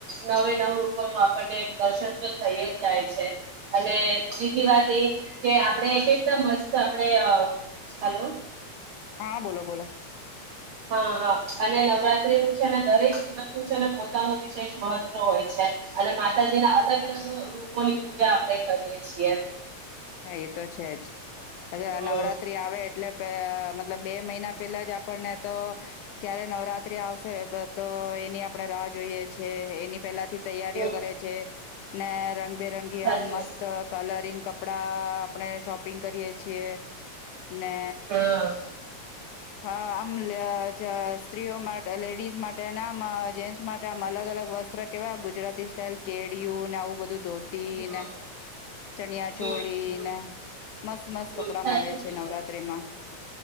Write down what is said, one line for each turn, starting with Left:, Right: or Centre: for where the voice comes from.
Right: નવે નવ રૂપો આપણે. દર્શનતો થઈ જ જાય છે અને બીજી વાત એ કે આપડે કેટલા મસ્ત આપડે અ હલો.
Left: હા બોલો બોલો.
Right: હા હા અને નવરાત્રીનું છે ને દરેક દિવસ છેને પોતાનું વિશેષ મહત હોય છે અને માતાજીના અલગ અલગ રૂપોની પૂજા આપણે કરીએ છીએ.
Left: હા એ તો છે જ
Right: હમ
Left: નવરાત્રી આવે એટલે પ મતલબ બે મહિના પેલાજ આપણને તો ક્યારે નવરાત્રી આવશે તો એની આપણે રાહ જોઈએ છીએ એની પેલાથી તૈયારીઓ
Right: હમ
Left: કરે છે. ને રંગ બેરંગી
Right: સાચું
Left: આમ મસ્ત કલરિંગ ક કંપડા આપણે શોપિંગ કરીએ છીએ. ને
Right: હા
Left: હા, આમ <unintelligible> જ સ્ત્રીઓ માટે લેડીઝ માટેના મ જેન્ટ્સ માટે આમ અલગ અલગ વસ્ત્ર કેવા ગુજરાતી સ્ટાઈલ કેળિયુંને આવું બધુ તું.
Right: હમ
Left: <unintelligible> ને ચણ્યા
Right: હમ
Left: ચોળીને
Right: હમ
Left: મસ્ત મસ્ત
Right: હમ
Left: કપડા
Right: સાચું
Left: મળે છે
Right: કીધું.
Left: નવરાત્રીમાં